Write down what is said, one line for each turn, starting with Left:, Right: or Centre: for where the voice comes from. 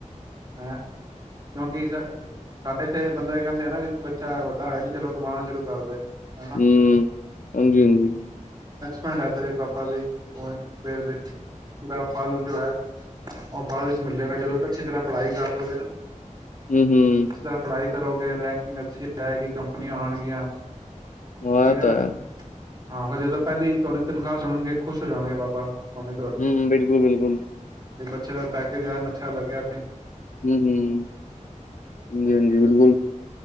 Right: ਹੈਂ ਕਿਉਂਕਿ ਸਾਡੇ ਇੱਥੇ ਬੰਦਾ ਇਹ ਕਹਿੰਦੇ ਹਨ ਨਾ ਬੱਚਾ ਵੱਡਾ ਹੋਇਆ ਨੀ ਚਲੋ ਕਮਾਉਣਾ ਸ਼ੁਰੂ ਕਰਦੇ। ਹਨਾ
Left: ਹਮ ਹਾਂਜੀ ਹਾਂਜੀ।
Right: ਭਾਂਡਾ ਤੇਰੇ ਪਾਪਾ ਦੇ ਉਹ ਫੇਰ ਦੇ ਦਬ ਫਲ ਜੋ ਹੈ ਉਹ ਬਾਅਦ ਵਿੱਚ ਮਿਲੇਗਾ ਜਦੋਂ ਅੱਛੀ ਤਰ੍ਹਾਂ ਪੜ੍ਹਾਈ ਕਰ ਲਓ ਗੇ ਨਾ
Left: ਹਮ ਹਮ
Right: ਅੱਛੀ ਤਰ੍ਹਾਂ ਪੜ੍ਹਾਈ ਕਰੋਗੇ ਰੈਂਕਿੰਗ ਅੱਛੀ ਜਾਏਗੀ ਕੰਪਨੀਆਂ ਆਉਣਗੀਆਂ
Left: ਆ
Right: ਠੀਕ
Left: ਤਾਂ
Right: ਨਾ
Left: ਹੈ,
Right: ਹਾਂ ਫਿਰ ਜਦੋਂ ਪਹਿਲੀ ਤੁਹਾਡੀ ਤਨਖਾਹ ਸੁਣਨਗੇ ਖੁਸ਼ ਹੋ ਜਾਣਗੇ ਬਾਬਾ। ਮੰਮੀ
Left: ਹੂੰ ਬਿਲਕੁਲ-ਬਿਲਕੁਲ,
Right: ਅੱਛੇ ਪੈਕਜ ਐਨ ਅੱਛਾ ਲਗਿਆ।
Left: ਹੂੰ-ਹੂੰ, ਹਾਂਜੀ-ਹਾਂਜੀ ਬਿਲਕੁਲ।